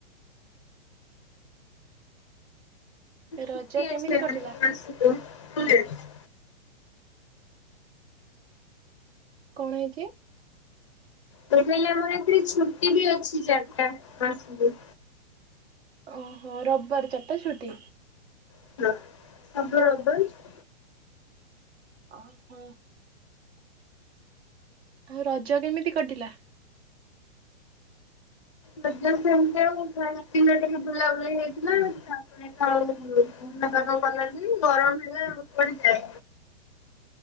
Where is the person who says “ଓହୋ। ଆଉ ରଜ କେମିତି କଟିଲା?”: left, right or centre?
Right